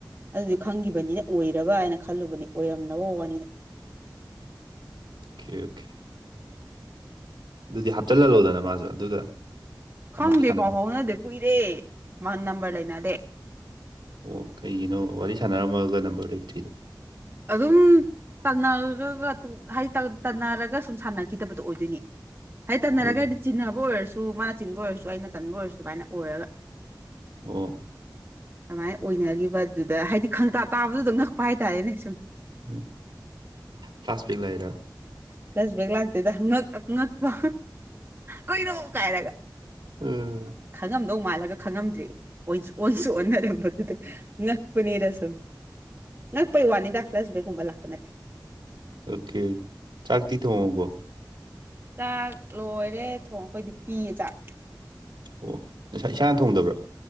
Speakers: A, on the right; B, on the right.
A: ꯑꯗꯨꯗꯤ ꯈꯪꯈꯤꯕꯅꯤꯅ ꯑꯣꯏꯔꯕ ꯍꯥꯏꯅ ꯈꯜꯂꯨꯕꯅꯤ ꯑꯣꯏꯔꯝꯗꯕꯩ ꯋꯥꯅꯤꯗ
B: ꯑꯣꯀꯦ ꯑꯣꯀꯦ ꯑꯗꯨꯗꯤ ꯍꯥꯞꯆꯤꯜꯍꯜꯂꯣꯗꯅ ꯃꯥꯁꯨ ꯑꯗꯨꯒ
A: ꯈꯪꯗꯦ
B: ꯑꯃꯨꯛ ꯁꯥꯟꯅꯕ
A: ꯄꯥꯎ ꯐꯥꯎꯅꯗꯦ ꯀꯨꯏꯔꯦ ꯃꯥ ꯅꯝꯕꯔ ꯂꯩꯅꯗꯦ
B: ꯑꯣ ꯀꯩꯒꯤꯅꯣ ꯋꯥꯔꯤ ꯁꯥꯟꯅꯔꯝꯃꯒ ꯅꯝꯕꯔ ꯂꯩ ꯊ꯭ꯔꯤꯗꯣ
A: ꯑꯗꯨꯝ ꯇꯅꯔꯒ ꯍꯥꯏꯗꯤ ꯇꯅꯔꯒ ꯁꯨꯝ ꯁꯥꯟꯅꯈꯤꯗꯕꯗꯣ ꯑꯣꯏꯗꯣꯏꯅꯤ ꯍ ꯇꯟꯅꯔꯒꯗꯤ
B: ꯑꯣ
A: ꯆꯤꯟꯅꯕ ꯑꯣꯏꯔꯁꯨ ꯃꯥꯅ ꯆꯤꯟꯕ ꯑꯣꯏꯔꯁꯨ ꯑꯩꯅ ꯇꯟꯕ ꯑꯣꯏꯔꯁꯨ ꯑꯗꯨꯃꯥꯏꯅ ꯑꯣꯏꯔꯒ
B: ꯑꯣ
A: ꯑꯗꯨꯃꯥꯏꯅ ꯑꯣꯏꯅꯈꯤꯕꯗꯨꯗ ꯍꯥꯏꯗꯤ ꯈꯪꯇꯥ ꯇꯥꯕꯗꯨꯗ ꯉꯛꯄ ꯍꯥꯏꯇꯥꯔꯦꯅꯦ ꯁꯨꯝ
B: ꯎ ꯄ꯭ꯂꯥꯁꯄꯛ ꯂꯔ
A: ꯀꯦꯁꯕꯦꯛ ꯂꯥꯛꯇꯦꯗꯛꯄ ꯀꯣꯏꯔꯣ ꯀꯥꯏꯔꯒ
B: ꯎꯝ
A: ꯈꯪꯉꯝꯗꯧ ꯃꯥꯜꯂꯒ ꯈꯪꯉꯝꯗ꯭ꯔꯦ ꯑꯣꯟꯁꯨ ꯑꯣꯟꯅꯔꯝꯕꯗꯨꯗ ꯉꯛꯄꯅꯤꯔꯁꯝ ꯉꯛꯄꯩ ꯋꯥꯅꯤ ꯗꯥꯛꯂꯁꯨꯕꯩꯒꯨꯝꯕ ꯂꯥꯛꯄ ꯅꯠꯇꯦ
B: ꯑꯣꯀꯦ ꯆꯥꯛꯇꯤ ꯊꯣꯡꯉꯕꯣ
A: ꯆꯥꯛ ꯂꯣꯏꯔꯦ ꯊꯣꯡ ꯑꯩꯈꯣꯏꯗꯤ ꯄꯤꯌꯦ ꯆꯥꯛ
B: ꯑꯣ ꯉꯁꯥꯏ ꯏꯁꯥꯅ ꯊꯣꯡꯗꯕ꯭ꯔꯥ